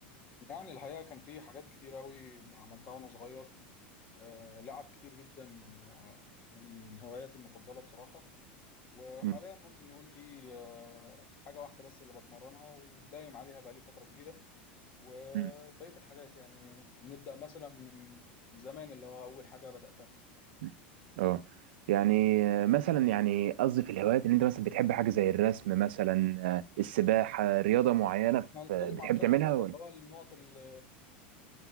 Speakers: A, on the left; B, on the right.
A: يعني الحقيقة كان في حاجات كتير قوي عملتها وانا صغير آه لعب كتير جدا آه من هواياتي المفضلة بصراحة وحاليا
B: مم،
A: ممكن نقول في آه حاجة واحدة بس اللي بتمرنها ودايم عليها بقالي فترة كبيرة وبقية
B: مم،
A: الحاجات يعني نبدأ مثلا من من زمان اللي هو أول حاجة بدأتها
B: مم. اه يعني آه، مثلا يعني قصدي في الهوايات ان انت مثلا بتحب حاجه زي الرسم مثلا آه السباحه رياضه معينه
A: يعني احنا هنتكلم
B: في بتحب
A: عن كذا
B: تعملها
A: نقطة
B: ولا
A: اللي هو النقط اللي